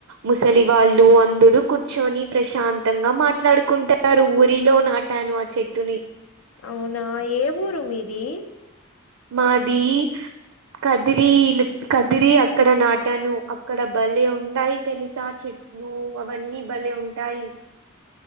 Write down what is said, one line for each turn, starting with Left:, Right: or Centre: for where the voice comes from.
Right: ముసలి వాళ్ళు అందరూ కూర్చొని ప్రశాంతంగా మాట్లాడుకుంటారు ఊరిలో నా టాను ఆ చెట్టుని
Left: అవునా ఏ ఊరు మీది
Right: మాది కదిరీలు కదిరి అక్కడ నాటాను అక్కడ బలే ఉన్నాయి తెలుసా చెట్లు ఓ అవన్నీ భలే ఉంటాయి